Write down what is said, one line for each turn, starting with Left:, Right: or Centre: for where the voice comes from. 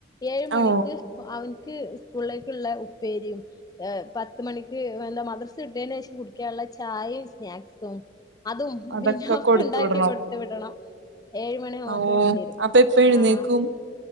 Left: ഏഴ് മണിക്ക്
Right: ഓ
Left: അവനിക്ക് സ്കൂളിലേക്കുള്ള ഉപ്പേരിയും ഏഹ് പത്ത് മണിക്ക് ഏഹ് എന്താ മദ്ര സ് വിട്ടേന് ശേഷം കുടിക്കാനുള്ള ചായയും സ്നാക്സും അതും
Right: അതൊക്കെ
Left: പിന്നെ ഒക്കെ
Right: കൊടുത്തു
Left: ഉണ്ടാക്കി
Right: വിടണം
Left: കൊടുത്ത് വിടണം ഏഴുമണിയാവുമ്പത്തെ
Right: ഓ
Left: വണ്ടി വരും
Right: അപ്പൊ എപ്പ എഴുന്നേക്കും
Left: ആഹ്